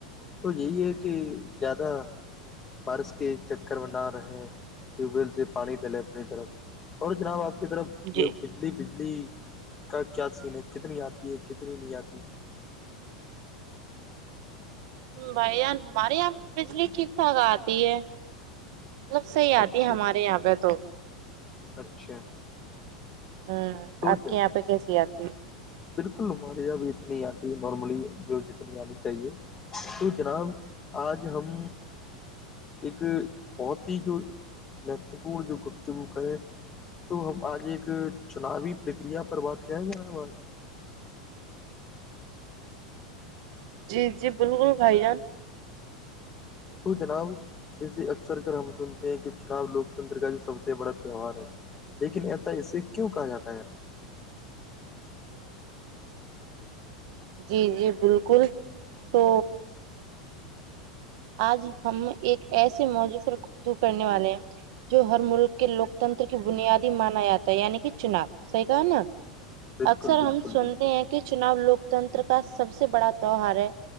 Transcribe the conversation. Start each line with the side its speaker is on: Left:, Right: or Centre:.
Left: تو یہی ہے کہ زیادہ بارش کے چکر میں نہ رہے ٹیوب ویل سے پانی ڈلے اپنی طرف اور جناب آپ کی طرف یہ
Right: جی
Left: بجلی بجلی کا کیا سین ہے کتنی آتی ہے کتنی نہیں آتی
Right: بھائی جان ہمارے یہاں پے تو بجلی ٹھیک ٹھاک آتی ہے مطلب صحیح
Left: اچھا
Right: آتی ہمارے یہاں پہ تو
Left: اچھا
Right: ہوں
Left: تو
Right: آپ
Left: جناب
Right: کے یہاں پہ کیسی آتی
Left: بالکل ہمارے یہاں بھی اتنی آتی ہے نارملی جو جتنی آنی چاہیے تو جناب آج ہم ایک بہت ہی جو مہتوپورن جو گپتگو کرے تو ہم آج ایک چناوی پرکریا پر بات کریں جناب آج
Right: جی جی بالکل بھائی جان
Left: تو جناب جیسے اکثر کر ہم سنتے ہیں کہ چناب لوکتنتر کا جو سب سے بڑا تہوار ہے لیکن ایسا اسے کیوں کہا جاتا ہے ارا
Right: جی جی بالکل تو آج ہم ایک ایسے موضو پرر گو کرنے والے ہیں جو ہر ملک کے لوکتنتر کی بنیادی مانا جاتا ہے یعنی کہ چناب سحی گ نا
Left: بالکل
Right: اکثر
Left: بالکل
Right: ہم سنتے
Left: بالکل
Right: ہیں چناؤ لوکتنتر کا سب سے بڑا تہوہار ہے